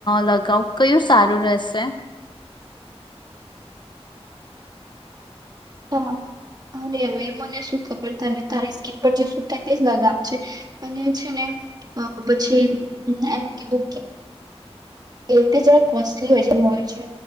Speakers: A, on the left (about 45°); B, on the right (about 40°).
A: લગાવુ કયું સારું રહેશે
B: હા અરે હવે મને શું ખબર તને તારી સ્કીન પર જે સુટ થાય તે જ લગાવજે અને છે ને પછી એમ કીધું એ તે જ કોસ્ટલી હોય છે હોય છે